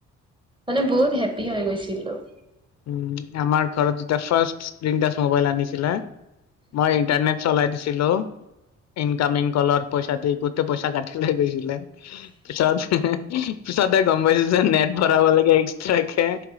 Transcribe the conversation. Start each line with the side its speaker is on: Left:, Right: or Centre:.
Right: মানে বহুত হেপী হৈ গৈছিলোঁ।
Left: উম, আমাৰ ঘৰত যেতিয়া ফাৰ্ষ্টচ স্ক্ৰীন টাইছ ম'বাইল আনিছিলে, মই ইন্টাৰনেট চলাই দিছিলোঁ, ইনকামিং কলত পইচা দি গোটেই পইচা কাটি লৈ গৈছিলে। পিছত পিছতে গম পাইছোঁ যে নেট ভৰাব লাগে এক্স ট্ৰাকে